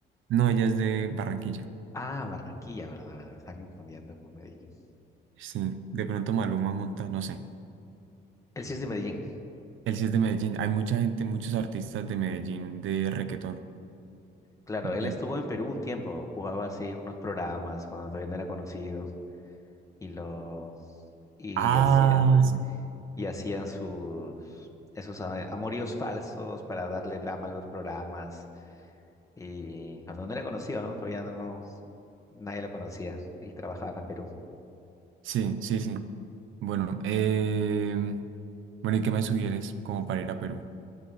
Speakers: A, on the right; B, on the left.
A: No, ella es de Barranquilla.
B: Ah, Barranquilla, verdad, verdad, me está confundiendo con Medellín.
A: Sí, de pronto Maluma monta, no sé.
B: Él sí es de Medellín,
A: Él sí es de Medellín. Hay mucha gente, muchos artistas de Medellín de reggaetón.
B: claro, él
A: Yo-
B: estuvo en Perú un tiempo, jugaba así en unos programas cuando todavía no era conocido y lo y
A: Ah,
B: hacían
A: sí,
B: y hacían sus esos a- amoríos falsos para darle drama a los programas y cuando no era conocido, ¿no? Todavía no, no nadie lo conocía y trabajaba acá en Perú.
A: sí, sí. sí. Bueno, eh, bueno, ¿y qué me sugieres como para ir a Perú?